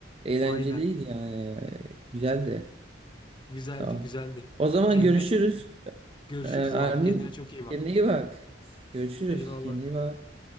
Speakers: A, on the right; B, on the left.
A: Eğlenceliydi
B: Aynen.
A: yani. E, Güzeldi.
B: Güzeldi,
A: Sağ
B: güzeldi.
A: ol. O zaman
B: Kendine
A: görüşürüz.
B: çok Görüşürüz
A: E, Armin
B: abi. Kendine çok iyi bak.
A: kendine iyi bak. Görüşürüz.
B: Eyvallah.
A: Kendine iyi bak.